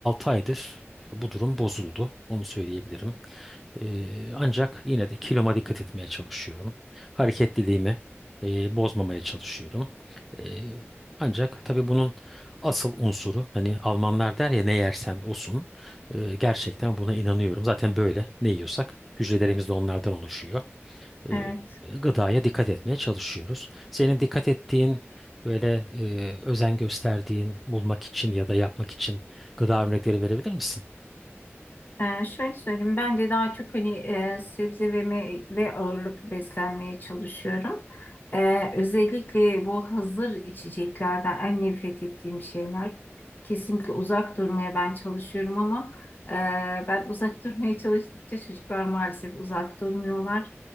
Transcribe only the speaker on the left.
Evet.
Ee, şöyle söyleyeyim, bence daha çok hani e, sebze ve meyve ağırlıklı beslenmeye çalışıyorum. Ee, özellikle bu hazır içeceklerden en nefret ettiğim şeyler. Kesinlikle uzak durmaya ben çalışıyorum ama e, ben uzak <laughs> durmaya çalıştıkça çocuklar maalesef uzak durmuyorlar.